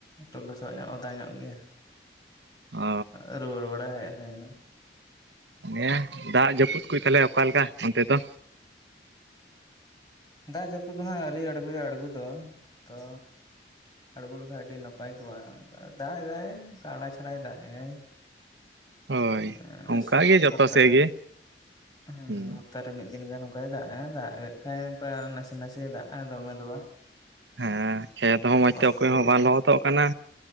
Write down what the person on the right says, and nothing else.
ᱚ
ᱦᱮᱸ ᱫᱟᱜ ᱡᱟᱹᱯᱩᱫ ᱠᱚ ᱛᱟᱞᱮ ᱚᱠᱟ ᱞᱮᱠᱟ ᱚᱱᱛᱮ ᱫᱚ
ᱦᱳᱭ
ᱚᱱᱠᱟ
ᱜᱮ ᱡᱚᱛᱚ
ᱥᱮᱫ
ᱜᱮ
ᱦᱩᱸ
ᱦᱮᱸ ᱠᱷᱮᱛ ᱦᱚᱸ ᱢᱚᱡᱽᱛᱮ
ᱚᱠᱚᱭ
ᱦᱚᱸ ᱵᱟᱝ ᱞᱚᱦᱚᱫᱚᱜ ᱠᱟᱱᱟ